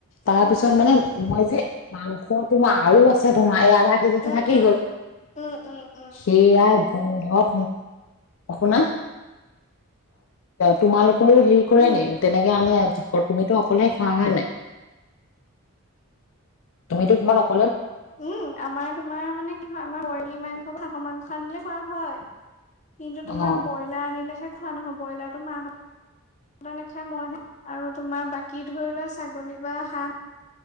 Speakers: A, on the left; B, on the left.
A: তাৰপিছত
B: অ',
A: মানে মই যে মাংস তোমাৰ আৰু আছে ধৰা ম' আলহা কেজটো
B: উম,
A: থাকেই
B: উম,
A: গ'ল।
B: উম, উম, উম,
A: সেইয়া গোন্ধত শুনা তোমালোক কোনে হেৰি কৰে
B: উম।
A: নি তেনেকে আনে তুমিতো অকলেহ খোৱা হয় নাই। তুমিতো কিমান
B: উম, আমাৰ তোমাৰ মানে কি হয় আমাৰ পয় পলি মাংস হাঁহৰ মাংস আনিলে খোৱা হয়। কিন্তু তোমাৰ
A: অ',
B: ব্ৰইলাৰ আনিলেহে খোৱা নহয় ব্ৰইলাৰটো মাহতে নাখায় মইহে আৰু তোমাৰ বাকী ধৰি লোৱা ছাগলী বা হাঁহ